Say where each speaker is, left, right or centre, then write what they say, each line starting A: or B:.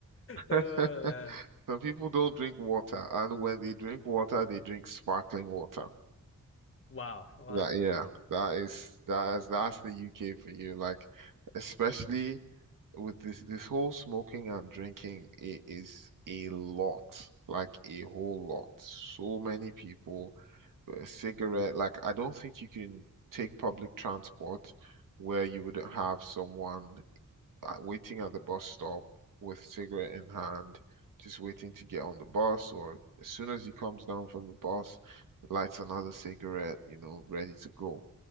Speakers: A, on the left (about 40°); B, on the right (about 75°).
A: Oh
B: <laughs>
A: man!
B: Some people don't drink water, and when they drink water, they drink sparkling water.
A: Wow! <laughs> Wow!
B: That yeah, that is that's that's the UK for you. Like, especially with this this whole smoking and drinking, it is a lot, like a whole lot. So many people, a cigarette. Like, I don't think you can take public transport where you wouldn't have someone uh, waiting at the bus stop with cigarette in hand, just waiting to get on the bus, or as soon as he comes down from the bus, lights another cigarette, you know, ready to go.